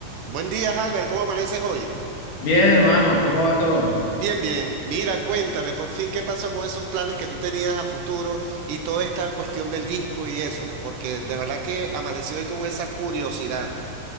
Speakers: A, on the right; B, on the left.
A: Buen día, Albert. ¿Cómo amaneces hoy?
B: Bien, hermano, ¿cómo va todo?
A: Bien, bien. Mira, cuéntame por fin qué pasó con esos planes que tú tenías a futuro y toda esta cuestión del disco y eso, porque de verdad que amanecí hoy con esa curiosidad.